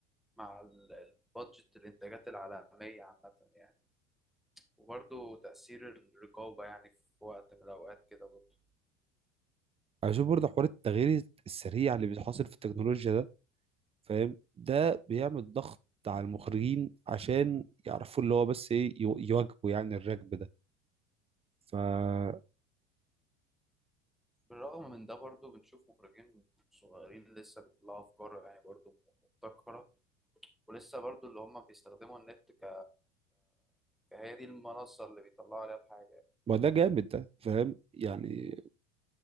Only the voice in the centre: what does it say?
مع ال- البادجت الإنتاجات العالمية عامة يعني وبرضه تأثير الرقابة يعني في وقت من الأوقات كده برضه
بالرغم من ده برضه بنشوف مخرجين صغيرين لسه بيطلعوا أفكار يعني برضه مبتكرة ولسه برضه اللي هم بيستخدموا النت ك... فهي دي المنصة اللي بيطلعوا عليها الحاجة يعني